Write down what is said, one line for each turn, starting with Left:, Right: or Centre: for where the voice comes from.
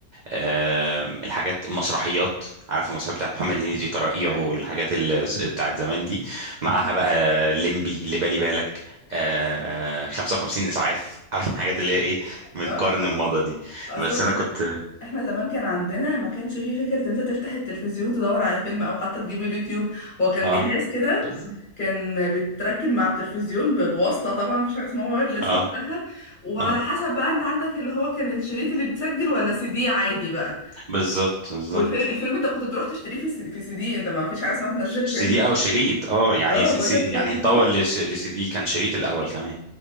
Right: آم، الحاجات المسرحيات عارف المسرحيات بتاعت محمد هنيدي طرائيعه
Left: أي
Right: والحاجات اللي س- بتاعت زمان دي معاها
Left: اه
Right: بقى ليمبي اللي بالي بالك آه 55 اسعاف <laughs> عارف الحاجات اللي هي ايه من
Left: اه
Right: قرن الماضي
Left: اه
Right: دي
Left: اصل
Right: بس انا كنت
Left: احنا زمان كان عندنا ما كانش فيه فكرة ان انت تفتح التلفزيون تدور على فيلم او حتى تجيب اليوتيوب هو كان
Right: اه
Left: جهاز كده
Right: بالظبط
Left: كان بيتركب مع التلفزيون ب- بوصلة طبعا مفيش حاجة اسمها وايرلس وقتها
Right: اه
Left: وعلى
Right: اه
Left: حسب بقى انت عندك اللي هو كان الشريط اللي بتسجل ولا سي دي عادي بقى
Right: بالظبط بالظبط
Left: والفيلم الفيلم انت كنت تروح تشتريه في السي- في سي دي انت ما فيش حاجة اسمها تنزل
Right: سي
Left: فيلم
Right: دي او شريط اه يعني
Left: اه
Right: س-
Left: بقول
Right: س- يعني
Left: لك كنت
Right: اتطور
Left: تروح
Right: لس- لسي دي كان شريط الاول كمان